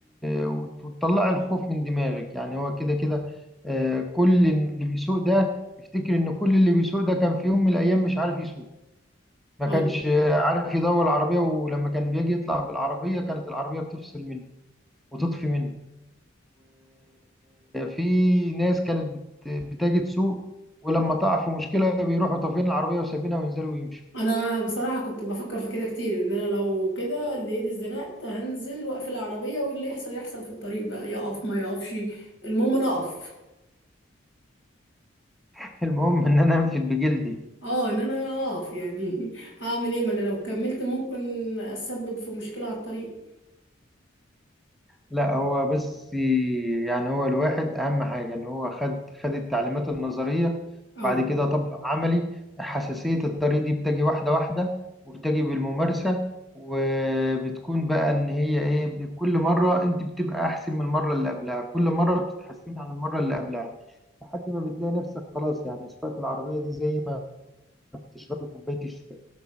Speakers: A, in the centre; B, on the left.
A: وت- وتطلعي الخوف من دماغك يعني هو كده كده آه، كل اللي بيسوق ده يفتكر إن كل اللي بيسوق ده كان في يوم من الأيام مش عارف يسوق ما
B: اه
A: كانش آه، عارف يدور العربية ولما كان بيجي يطلع بالعربية كانت العربية بتفصل منه وتطفي منه في ناس كانت بت- بتجد سوق ولما تقع في مشكلة بيروحوا طافين العربية وسابينها وينزلوا ويمشوا
B: انا بصراحة كنت بفكر في كده كتير ان انا لو كده اللي ايدي اتزنقت هنزل واقفل العربية واللي يحصل يحصل في الطريق بقى يقف ما يقفش المهم انا اقف
A: <laughs> المهم إن أنا أنفد بجلدي
B: اه ان انا اقف يعني <laughs> هعمل ايه ما انا لو كملت ممكن اسبب في مشكلة على الطريق
A: لا هو بس يعني هو الواحد أهم حاجة إن هو خد خد التعليمات النظرية
B: اه
A: وبعد كده طبق عملي حساسية الطريق دي بتجي واحدة واحدة وبتجي بالممارسة وبتكون بقى إن هي إيه كل مرة أنت بتبقى أحسن من المرة اللي قبلها كل مرة بتتحسني عن المرة اللي قبلها لحد ما بتلاقي نفسك خلاص يعني سواقة العربية دي زي ما بتشربي كوباية الشاي